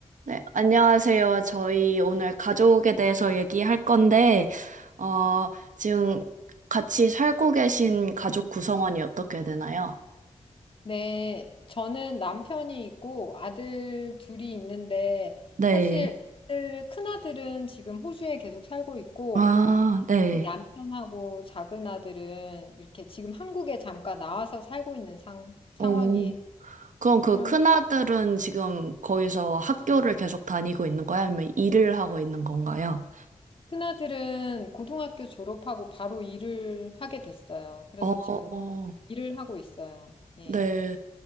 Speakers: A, on the right; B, on the left.
A: 네, 안녕하세요. 저희 오늘 가족에 대해서 얘기할 건데, 어, 지금 같이 살고 계신 가족 구성원이 어떻게 되나요?
B: 네, 저는 남편이 있고 아들 둘이 있는데
A: 네.
B: 사실 아들, 큰아들은 지금 호주에 계속 살고 있고
A: 아, 네.
B: 우리 남편하고 작은 아들은 이렇게 지금 한국에 잠깐 나와서 살고 있는 상, 상황이에요.
A: 음. 오. 그럼 그
B: 그러면
A: 큰아들은 지금 거기서 학교를 계속 다니고 있는 거예요? 아니면 일을 하고 있는 건가요?
B: 큰아들은 고등학교 졸업하고 바로 일을 하게 됐어요. 그래서
A: 어,
B: 지금 일을 하고 있어요. 예.
A: 네.